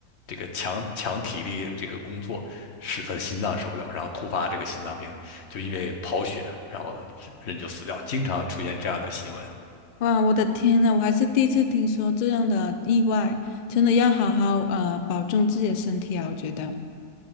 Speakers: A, on the left; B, on the left.
A: 这个强强体力这个工作，使他的心脏受不了，然后突发这个心脏病，就因为刨雪，然后人就死掉，经常出现这样的新闻。
B: 哇，我的天呐，我还是第一次听说这样的意外，真的要好好呃保重自己的身体啊，我觉得。